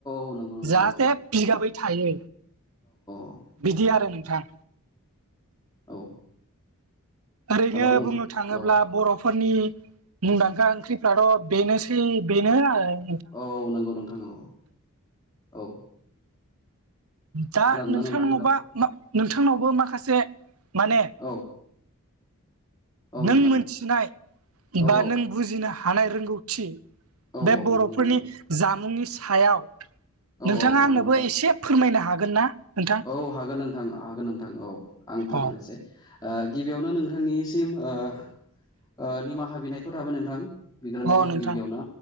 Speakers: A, on the left (about 15°); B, on the right (about 75°).
A: औ नंगौ नोंथां
B: जाहाथे
A: औ
B: बिगाबै थायो
A: औ
B: बिदि आरो नोंथां।
A: औ।
B: ओरैनो
A: हेल' नोंथां
B: बुंनो थाङोब्ला
A: औ
B: बर' फोरनि मुंदांखा ओंख्रिफ्राथ' बेनोसै बेनो ओ
A: औ नंगौ नोंथां औ औ।
B: दा
A: खोनादोंना
B: नोंथांनावबा
A: नोंथां हेल'
B: मा नोंथांनावबो माखासे माने
A: औ औ
B: नों
A: नोंथां
B: मोनथिनाय
A: औ
B: बा
A: औ
B: नों बुजिनो हानाय रोंगौथि
A: औ
B: बे
A: औ
B: बर'फोरनि
A: नंगौ नोंथां
B: जामुंनि सायाव
A: औ
B: नोंथाङा
A: औ नंगौ
B: आंनोबो
A: नोंथां
B: एसे फोरमायनो हागोन ना? नोंथां
A: औ हागोन नोंथां हागोन नोंथां औ आं फोरमायनोसै
B: अ
A: ओ गिबियावनो नोंथांनिसिम ओ निमाहा बिनायखौ थाबाय नोंथां बिग्रोनायखौ
B: अ नोंथां
A: गिबियावनो